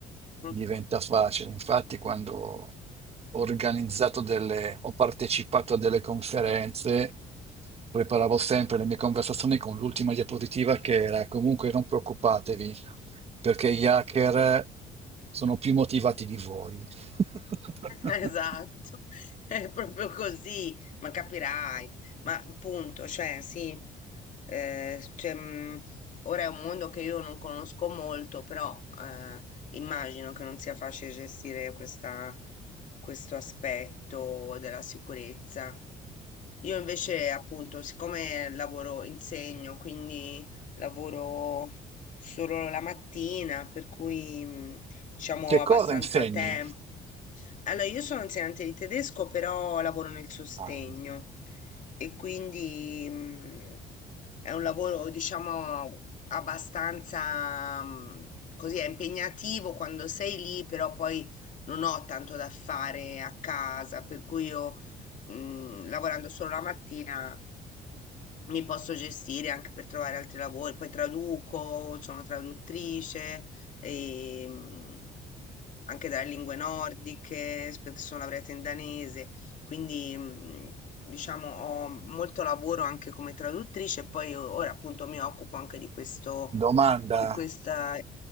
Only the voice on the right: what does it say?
diventa facile. Infatti, quando ho organizzato delle, ho partecipato a delle conferenze, preparavo sempre le mie conversazioni con l'ultima diapositiva che era comunque non preoccupatevi, perché gli hacker sono più motivati di voi. <laughs>
Che
cosa insegni?
Ah,
Domanda.